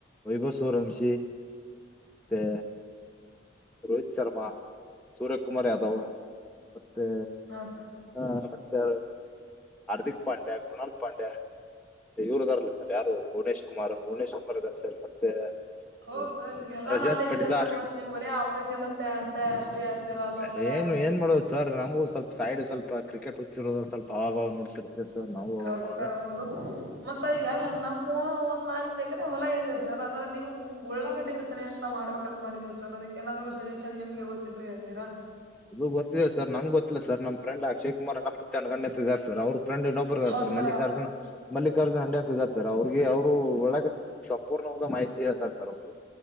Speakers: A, in the centre; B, on the right.
A: ವೈಭವ್ ಸೂರಂಶಿ ಮತ್ತೆ. ರೋಹಿತ್ ಶರ್ಮಾ ಸೂರ್ಯ ಕುಮಾರ್ ಯಾದವ್ ಮತ್ತೆ.
B: ಹಾ ಸರ್.
A: ಹಾ ಮತ್ತೆ ಹಾರ್ದಿಕ್ ಪಾಂಡ್ಯ, ಕೃನಾಲ್ ಪಾಂಡ್ಯ. ಇವರು ಇದಾರ್ಲ್ ಸರ್ ಯಾರು ಭುವನೇಶ್ ಕುಮಾರ್ ಭುವನೇಶ್ ಕುಮಾರ್ ಇದಾರೆ ಸರ್ ಮತ್ತೆ. ಆ,
B: ಹೌದ್ ಸರ್ ಎಲ್ಲಾ
A: ರಜಾತ್
B: ನಾಲೆಜ್
A: ಪಟ್ಟಿದಾರ್
B: ಇದೆ ಸರ್ ಮತ್ತ ನಿಮ್ ಬರೇ ಆಪ್ರೇಷನ್ ಅತ್ತೆ ಅಂತ ಅಷ್ಟೇ. ಹೇಳ್ತಿರಲ್ಲ ಸರ್
A: ಹೇನ್ ಏನ್ ಮಾಡೋದು ಸರ್ ನಮಗೂ ಸ್ವಲ್ಪ ಸೈಡ್ ಸ್ವಲ್ಪ ಕ್ರಿಕೆಟ್ ಹುಚ್ಚ ಹಿಡ್ದದ ಸ್ವಲ್ಪ ಅವಾಗ ಅವಾಗ ನೋಡ್ತಿರ್ ಕೆ ಸರ್ ನಾವು.
B: ಹೌದ್
A: ಅವಾಗವಾಗ
B: ಸರ್ ಹೌದು. ಮತ್ತ ಈಗ ನಮ್ಮ ಒಂದ್ ನಾಲ್ಕ ಎಕರೆ ಹೊಲ ಇದೆ ಸರ್. ಅದರಲ್ಲಿ ಉಳ್ಳಾಗಡ್ಡಿ ಬೀ ಎಂತ ಮಾಡ್ಬೇಕತ್ ಮಾಡಿದೇವು ಸರ್ ಅದಕ್ಕೆ ಏನಾದ್ರು ಸಜೆಷನ್ ನಿಮಗೆ ಗೊತ್ತಿದ್ರೆ ಹೇಳ್ತೀರ.
A: ಇದು ಗೊತ್ತಿದೆ ಸರ್ ನಂಗ್ ಗೊತ್ತಿಲ್ಲ ಸರ್ ನಮ್ ಫ್ರೆಂಡ್ ಅಕ್ಷಯ್ ಕುಮಾರ್ <unintelligible> ಗಣ್ಯ ಅಂತ ಇದಾರೆ ಸರ್ ಅವ್ರ್ ಫ್ರೆಂಡ್ ಇನ್ನೊಬ್ <unintelligible>
B: ಹೌದ್
A: ಸರ್
B: ಸರ
A: ಮಲ್ಲಿಕಾರ್ಜುನ್ ಮಲ್ಲಿಕಾರ್ಜುನ್ ಹಂಡೆ ಅಂತ ಇದ್ದಾರೆ ಸರ್. ಅವ್ರಿಗೆ ಅವರು ಒಳಗ ಸಂಪೂರ್ಣವಾದ ಮಾಹಿತಿ ಹೇಳ್ತಾರೆ ಸರ್ ಅವ್ರು